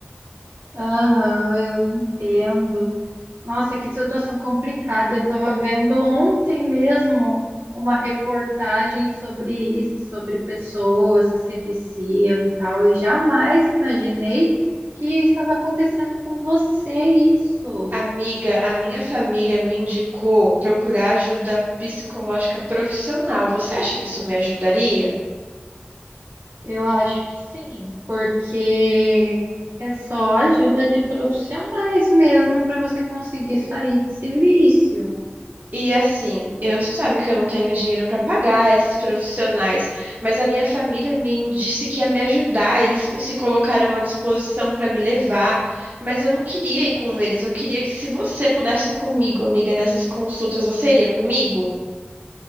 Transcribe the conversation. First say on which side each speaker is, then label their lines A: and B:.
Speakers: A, on the right; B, on the right.
A: Aham, eu entendo. Nossa, que situação complicada. Eu estava vendo ontem mesmo uma reportagem sobre isso, sobre pessoas que se viciam e tal, e jamais imaginei que estava acontecendo com você isso.
B: Amiga, a minha família me indicou procurar ajuda psicológica profissional. Você acha que isso me ajudaria?
A: Eu acho que sim, porque é só ajuda de profissionais mesmo para você conseguir sair desse vício.
B: E assim, eu, você sabe que eu não tenho dinheiro para pagar esses profissionais, mas a minha família me disse que ia me ajudar, eles se colocaram à disposição para me levar, mas eu não queria ir com eles, eu queria que se você pudesse ir comigo, amiga, nessas consultas, você iria comigo?